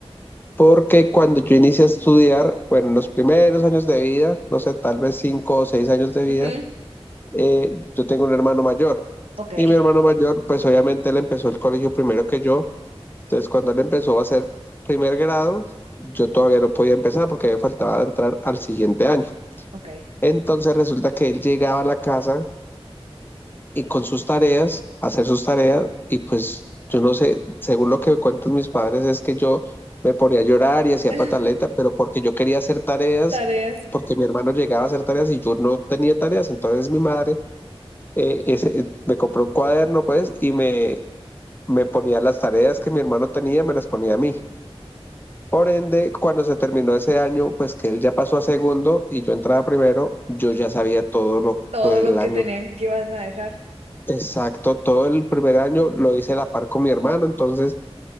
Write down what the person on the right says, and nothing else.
Ujú.
Ok.
Ok.
<laughs>
Tareas,
todo
lo que
tenían que iban a dejar.